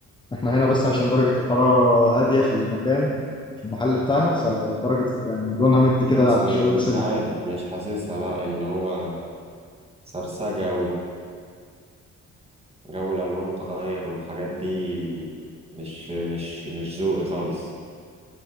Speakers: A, on the left (about 15°); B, on the right (about 20°).
A: احنا هنا بس عشان درجة الحرارة هادية في المكان في المحل بتاعنا فدرجة يعني لونها مدي كده
B: بس
A: على
B: مش
A: شوية سيلفر
B: عارف مش حاسسها لا اللي هو سرسجه قوي جو الالوان تغير والحاجات دي مش مش مش ذوقي خالص